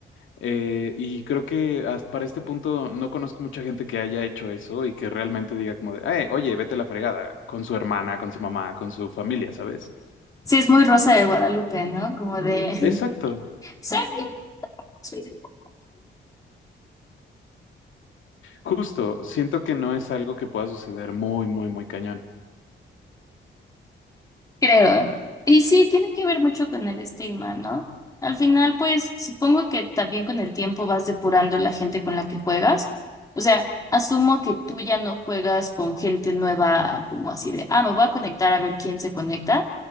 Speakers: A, on the left (about 80°); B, on the left (about 15°).
A: Eh, y creo que hasta para este punto no conozco mucha gente que haya hecho eso y que realmente diga como de, "Ay, oye, vete a la fregada con su hermana, con su mamá, con su familia, ¿sabes?
B: sí es muy Rosa de Guadalupe, ¿no? Como de,
A: Exacto,
B: soy bien, soy de pocos".
A: justo, siento que no es algo que pueda suceder muy, muy, muy cañón.
B: Creo. Y sí, tiene que ver mucho con el estigma, ¿no? Al final, pues supongo que también con el tiempo vas depurando la gente con la que juegas. O sea, asumo que tú ya no juegas con gente nueva, como así de, ah, me voy a conectar a ver quién se conecta,